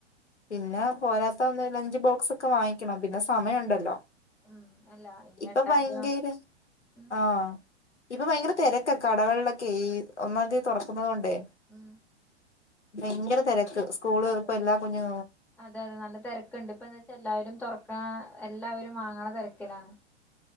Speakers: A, on the left; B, in the centre.
A: പിന്നെ പോരാത്ത ഒന്ന് ലഞ്ച് ബോക്സ് ഒക്കെ വാങ്ങിക്കണം. പിന്നെ സമയം ഉണ്ടല്ലൊ.
B: ഉം അല്ല ഇനി
A: ഇപ്പൊ
B: എട്ടാംതി
A: ഭയങ്കേര
B: ഉം
A: ആഹ്. ഇപ്പൊ ഭയങ്കര തെരക്ക. കടകളിലൊക്കെ ഈ ഒന്നാം തീയതി തൊറക്കുന്നത് കൊണ്ടേ.
B: ഉം
A: ഭയങ്കര തെരക്ക് സ്കൂള്
B: അതെ
A: ഇപ്പ എല്ലാ കുഞ്ഞ്
B: അതെ അതെ നല്ല തിരക്ക്ണ്ട്. ഇപ്പ എന്താ വെച്ചാ എല്ലാവരും തുറക്കാ എല്ലാവരും വാങ്ങ്ണ തെരക്കിലാണ്.